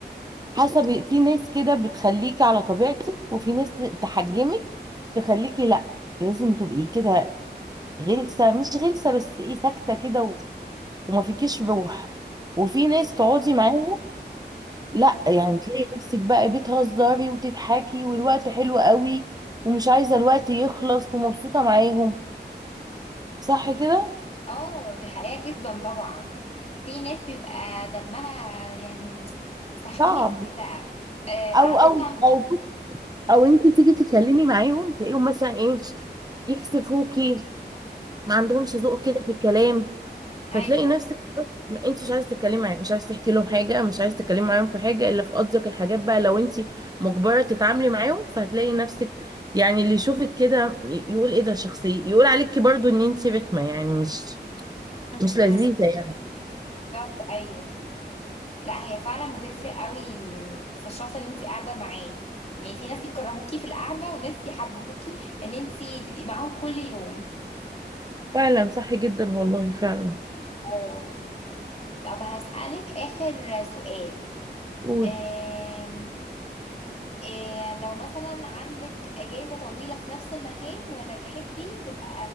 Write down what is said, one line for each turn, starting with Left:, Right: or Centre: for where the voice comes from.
Right: حسب في ناس كده بتخليكي على طبيعتك وفي ناس تحجمك تخليكي لا لازم تبقي كده غلسة مش غلسة بس ايه ساكتة كده و- وما فيكيش روح وفي ناس
Left: دي
Right: تقعدي معاهم لا
Left: اه
Right: يعني تلاقي نفسك بقى بتهزري وتضحكي والوقت حلو قوي ومش عايزة الوقت يخلص ومبسوطة معاهم صح
Left: حقيقة.
Right: كده
Left: اه دي حقيقة جدا طبعا في ناس بيبقى دمها يعني سخيف
Right: صعب
Left: كده آه،
Right: او
Left: قعدتها
Right: او او او انت تيجي تتكلمي معاهم تلاقيهم مثلا ايه يكسفوكي ما عندهمش ذوق كده في الكلام
Left: ايوه
Right: فتلاقي نفسك ما انت مش عايزه تتكلمي معاهم مش عايزه تحكي لهم حاجه مش عايزه تتكلمي معاهم في حاجه الا في قصدك الحاجات بقى لو انت مجبره تتعاملي معاهم فهتلاقي نفسك يعني اللي يشوفك كده ي- يقول ايه ده شخصيه يقول عليكي برضو ان انت رخمه يعني مش
Left: م-
Right: مش لذيذه
Left: م.
Right: يعني
Left: بالظبط ايوه لا هي فعلا بتفرق قوي في الشخص اللي انت قاعده معاه يعني في ناس يكرهوكي في القعده وناس يحببوكي ان انت تبقي معاهم كل يوم
Right: فعلا صح جدا والله فعلا
Left: اه طب هسألك آخر سؤال
Right: قولي
Left: آم... إيه لو مثلا عندك أجازة طويلة في نفس المكان ولا تحبي تبقى